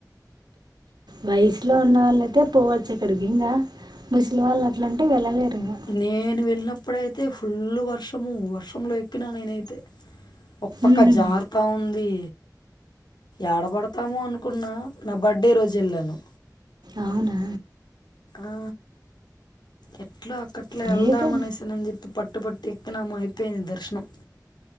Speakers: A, on the right; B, on the left.
A: వయసులో ఉన్న వాళ్ళయితే పోవచ్చు ఇక్కడికి ముసలి వాళ్ళు అట్లంటే వెళ్ళలేరు. ఇంకా
B: నేను వెళ్ళినప్పుడైతే ఫుల్లు వర్షము వర్షంలో ఎక్కినా నేనైతే ఒక పక్క
A: ఉమ్.
B: జారతా ఉంది. ఎడబడతామో అనుకున్న నా బర్త్డే రోజు ఎల్లాము.
A: అవునా
B: ఆ అట్లా అక్కట్లో వెళ్దాము
A: లేదా
B: అనేసానని చెప్పి పట్టుబట్టి ఎక్కినాము అయిపోయింది దర్శనం.